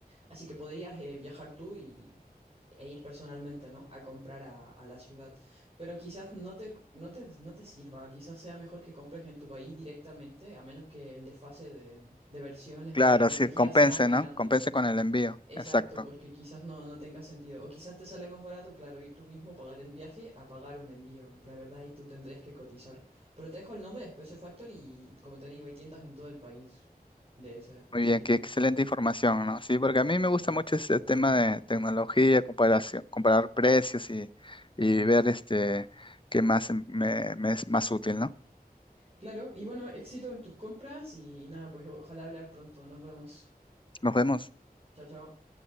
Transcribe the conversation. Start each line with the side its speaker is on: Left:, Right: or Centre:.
Right: así que podrías eh, viajar tú y, e ir personalmente, ¿no? A comprar a, a la ciudad. Pero quizás no te, no te, no te sirva, quizás sea mejor que compres en tu país directamente, a menos que el desfase de, de versiones
Left: Claro,
Right: o de tecnología
Left: sí, compense,
Right: sea muy
Left: ¿no?
Right: grande,
Left: Compense
Right: ¿no?
Left: con el envío.
Right: Exacto,
Left: Exacto.
Right: porque quizás no, no tenga sentido. O quizás te sale más barato, claro, ir tú mismo, pagar el viaje, a pagar un envío. La verdad, ahí tú tendrías que cotizar. Pero te dejo el nombre de Space Factory y, como te digo, hay tiendas en todo el país de ese, de
Left: Muy
Right: ese
Left: bien,
Right: tipo.
Left: qué excelente información, ¿no? Sí, porque a mí me gusta mucho ese tema de tecnología, comparación, comparar precios y, y ver este qué más em- me, me es más útil, ¿no?
Right: Claro, y bueno, éxito en tus compras y nada, pues ojalá hablar pronto. Nos vemos.
Left: Nos vemos.
Right: Chao, chao.